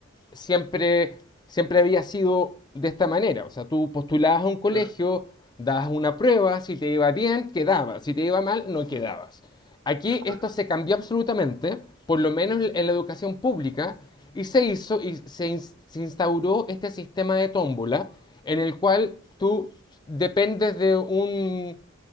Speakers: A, on the left (about 20°); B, on the right (about 75°).
A: siempre, siempre había sido de esta manera. O sea, tú postulabas a un colegio,
B: claro.
A: dabas una prueba, si te iba bien, quedabas, si te iba mal, no quedabas.
B: ujú,
A: Aquí
B: De acuerdo.
A: esto se cambió absolutamente, por lo menos en la educación pública, y se hizo y se, se instauró este sistema de tómbola en el cual tú dependes de un,